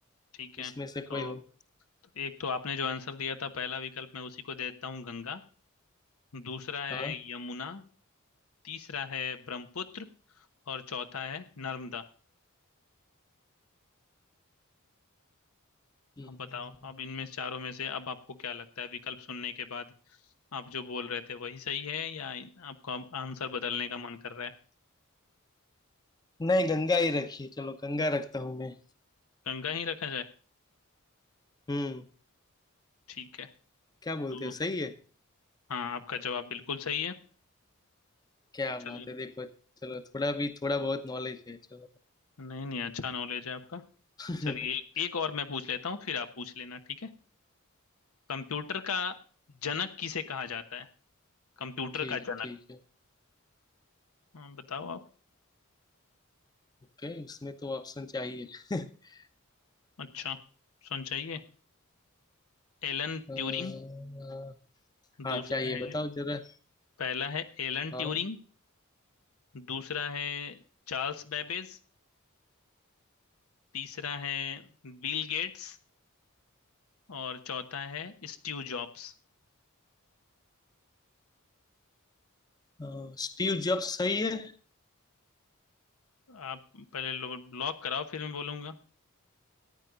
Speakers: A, on the left (about 85°); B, on the left (about 20°).
A: ठीक है
B: उसमें से
A: तो
B: कोई हो
A: एक तो आपने जो आंसर दिया था पहला विकल्प मैं उसी को दे देता हूँ गंगा दूसरा है
B: हाँ
A: यमुना तीसरा है ब्रह्मपुत्र और चौथा है नर्मदा
B: हम्म,
A: अब बताओ अब इनमें से चारों में से अब आपको क्या लगता है विकल्प सुनने के बाद आप जो बोल रहे थे वही सही है या इन- आपको अब आंसर बदलने का मन कर रहा है
B: नहीं गंगा ही रखिए चलो गंगा रखता हूँ मैं
A: गंगा ही रखा जाए
B: हम्म
A: ठीक है
B: क्या बोलते
A: तो
B: हो सही है
A: हाँ आपका जवाब बिल्कुल सही है
B: क्या
A: चलो
B: बात है देखो चलो थोड़ा भी थोड़ा बहुत नॉलेज है चलो
A: नहीं नहीं अच्छा नॉलेज है आपका
B: <laughs>
A: चलिए एक एक और मैं पूछ लेता हूँ फिर आप पूछ लेना ठीक है कंप्यूटर का जनक किसे कहा जाता है कंप्यूटर
B: ठीक
A: का जनक
B: ठीक है
A: हाँ बताओ आप
B: ओके उसमें तो ऑप्शन चाहिए <laughs>
A: अच्छा सुन चाहिए Elon
B: अ, अ,
A: Turing
B: हाँ
A: दूसरा
B: चाहिए
A: है
B: बताओ जरा
A: पहला है एलन
B: हाँ
A: ट्यूरिंग दूसरा है चार्ल्स बेबेज तीसरा है बिल गेट्स और चौथा है स्टीव जॉब्स
B: अ, स्टीव जॉब्स सही है
A: आप पहले लो- लॉक कराओ फिर मैं बोलूंगा